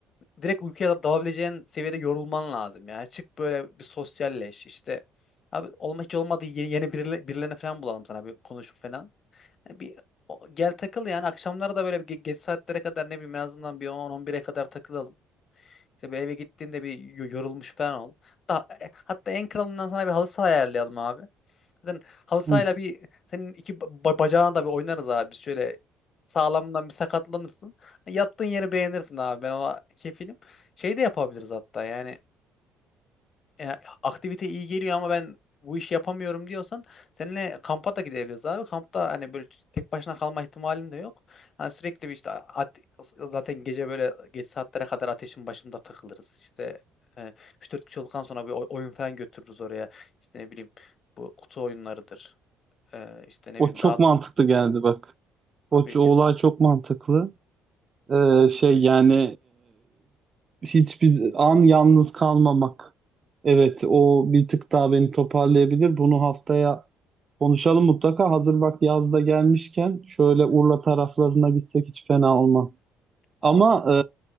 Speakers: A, on the left (about 45°); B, on the right (about 35°).
A: direkt uykuya dalabileceğin seviyede yorulman lazım. Yani çık böyle bir sosyalleş işte. Abi olma hiç olmadı yeni, yeni birile- birilerini falan bulalım sana bir konuşup falan. Yani bir o- gel takıl yani akşamları da böyle bir ge- geç saatlere kadar ne bileyim en azından bir 10-11'e kadar takılalım. Tabii eve gittiğinde bir yo- yorulmuş falan ol. Hatta, hatta en kralından sana bir halı saha ayarlayalım abi. Zaten halı sahayla
B: Hı.
A: bir senin iki ba- bacağına da bir oynarız abi. Şöyle sağlamından bir sakatlanırsın. Yattığın yeri beğenirsin abi. Ben ona kefilim. Şey de yapabiliriz hatta yani e, aktivite iyi geliyor ama ben bu işi yapamıyorum diyorsan seninle kampa da gidebiliriz abi. Kampta hani böyle tek başına kalma ihtimalin de yok. Hani sürekli bir işte at- zaten gece böyle geç saatlere kadar ateşin başında takılırız. İşte e, 3-4 kişi olduktan sonra bir oy- oyun falan götürürüz oraya. İşte ne bileyim bu kutu oyunlarıdır. E, işte ne bileyim
B: O çok
A: daha
B: mantıklı geldi bak. O,
A: abi
B: ç- o olay
A: ç-
B: çok mantıklı. Ee, şey yani e, hiçbir an yalnız kalmamak. Evet, o bir tık daha beni toparlayabilir. Bunu haftaya Konuşalım mutlaka. Hazır bak yazda gelmişken şöyle Urla taraflarına gitsek hiç fena olmaz.
A: abi
B: Ama e,